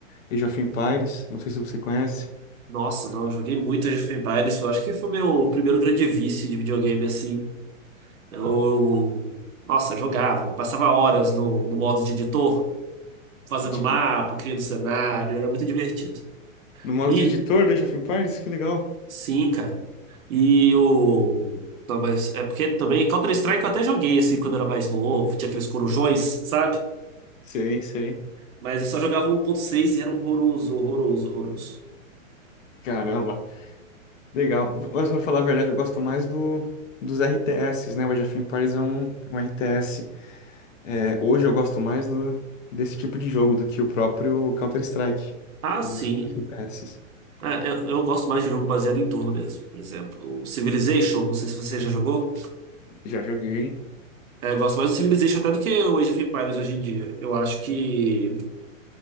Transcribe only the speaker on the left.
Age of Empires. Não sei se você conhece.
De-
no modo
de editor do Age of Empires? Que legal.
Sei, sei.
Caramba, legal. Mas pra falar a verdade, eu gosto mais do, dos RTS, né? O Age of Empires é um, um RTS É, hoje eu gosto mais do, desse tipo de jogo do que o próprio Counter-Strike,
os, os FPS.
Já joguei,